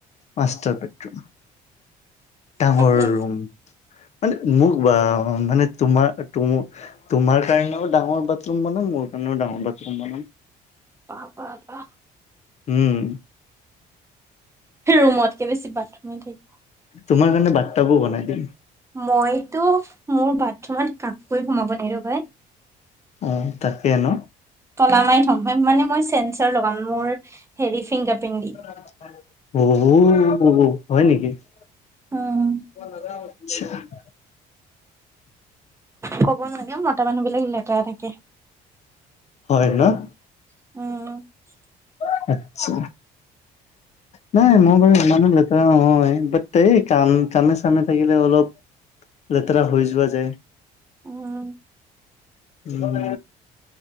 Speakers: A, on the left; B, on the right.
A: Master bedroom. ডাঙৰ
B: তাকে।
A: ৰুম। মানে মোক <unintelligible> মানে তোমাৰ <unintelligible> তোমাৰ কাৰণেও ডাঙৰ বাথৰুম বনাম মোৰ কাৰণেও ডাঙৰ বাথৰুম বনাম।
B: <inaudible>
A: উম।
B: ৰুমতকে বেছি বাথৰুমে থিক।
A: তোমাৰ কাৰণে বাটতাবো বনাই দিম।
B: মইতো মোৰ বাথৰুমত কাকোৱে সোমাব নিদো ভাই।
A: উম, তাকে ন'?
B: তলা মাৰি থম মানে মই চেঞ্চাৰ লগাম মোৰ হেৰি ফিংগাৰ প্ৰিন্ট দি।
A: <unintelligible> <unintelligible> হয় নেকি? <unintelligible>
B: উম। কব নালাগে মতা মানুহ বিলাক লেতেৰা থাকে।
A: হয় ন'?
B: উম।
A: আতছা। নাই মই বাৰু ইমানো লেতেৰা নহয় বাট এই কাম কামে চামে থাকিলে অলপ লেতেৰা হৈ যোৱা যায়,
B: উম,
A: উম।